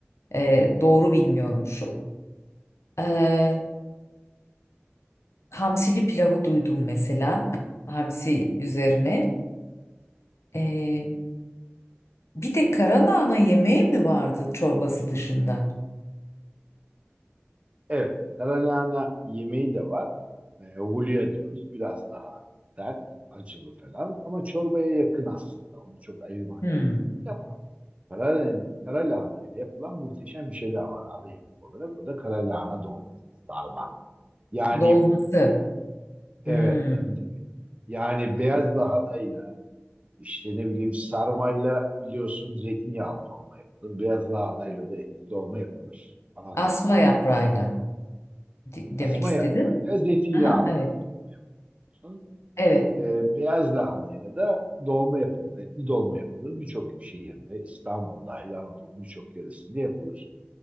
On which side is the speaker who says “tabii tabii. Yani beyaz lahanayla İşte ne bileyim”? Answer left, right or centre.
Right